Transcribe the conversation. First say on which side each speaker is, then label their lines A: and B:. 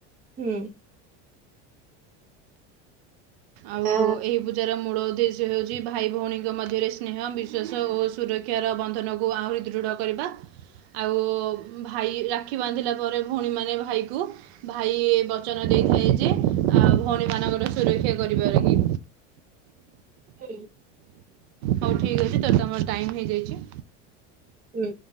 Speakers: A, on the right; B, on the right.
A: ହୁଁ।
B: ଆଉ
A: ଆ
B: ଏଇ ପୁ ଜାର ମୂଳ ଉଦ୍ଦେଶ୍ୟ ହେଉଛି ଭାଇ ଭଉଣୀଙ୍କ ମଧ୍ୟରେ ସ୍ନେହ ବିଶ୍ୱାସ ଓ ସୁରକ୍ଷାର ବନ୍ଧନକୁ ଆହୁରି ଦୃଢ। କରିବା ଆଉ ଭାଇ ରାକ୍ଷୀ ବାନ୍ଧିଲା ପରେ ଭଉଣୀମାନେ ଭାଇକୁ। ଭାଇ ବଚନ ଦେଇଥାଏ ଯେ ଆ ଭଉଣୀ ମାନଙ୍କର ସୁରକ୍ଷା କରିବା ଲାଗି।
A: ହୁଁ।
B: ହଉ ଠିକ୍ ଅଛି ଯଦି ତମର ଟାଇମ ହେଇଯାଇଛି।
A: ହୁଁ